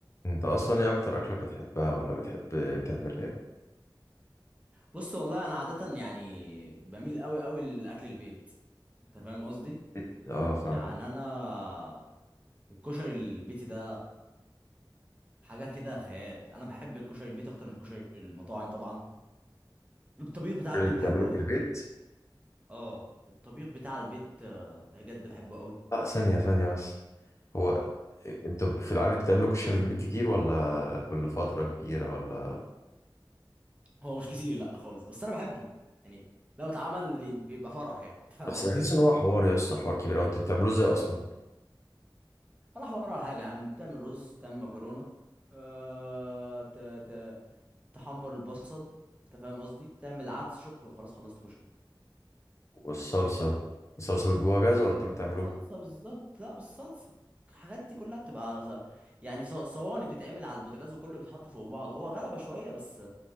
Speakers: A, on the left; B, on the right.
A: انت اصلا ايه اكتر اكله بتحبها ولا بتحب تعمل ايه
B: بص والله انا عاده يعني بميل قوي قوي لاكل البيت انت فاهم قصدي
A: بت- اه فاهم
B: يعني انا الكشري البيتي ده حاجه كده خيال انا بحب الكشري البيتي اكتر من الكشري المطاعم طبعا الطبيخ بتاع
A: اللي
B: البيت
A: بتعملوه
B: بحبه قوي
A: في البيت
B: اه الطبيخ بتاع البيت آه، بجد بحبه قوي
A: اه ثانيه ثانيه بس هو انتوا في العادة بتعملوا كشري في البيت كتير ولا كل فترة كبيرة ولا
B: هو مش كتير لا خالص بس انا بحبه يعني لو اتعمل بيبقى فرح يعني <laughs> انت فاهم
A: بس
B: قصدي
A: بحس ان هو حوار يا اسطى حوار كبير وانتوا بتعملوه ازاي اصلا
B: ولا حوار ولا حاجه يا عم بتعمل رز تعمل مكرونه أه... ت... ت... تحمر البصل انت فاهم قصدي تعمل عدس شكرا خلاص خلصت كشري
A: والصلصة الصلصة جواها جاهزة ولا انتوا اللي بتعملوها
B: صلصه بالظبط لا بالصلصه الحاجات دي كلها بتبقى ص- يعني ص- صواني بتتعمل على البوتاجاز وكله بيتحط فوق بعضه هو غلبه شويه بس